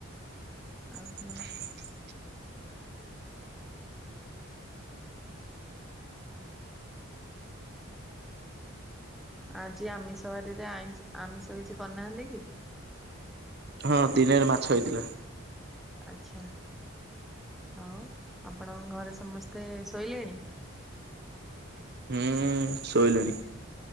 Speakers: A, in the centre; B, on the right (about 50°).
A: ଓହୋ
B: <unintelligible>
A: ଆଜି ଆମିଷ ବାରିରେ ଆଇଁ ଆମିଷ କିଛି କରିନାହାନ୍ତି କି?
B: ହଁ ଦିନରେ ମାଛ ହେଇଥିଲା।
A: ଆଚ୍ଛା ଆଉ ଆପଣଙ୍କ ଘରେ ସମସ୍ତେ ଶୋଇଲେଣି।
B: ହୁଁ ଶୋଇଲେଣି।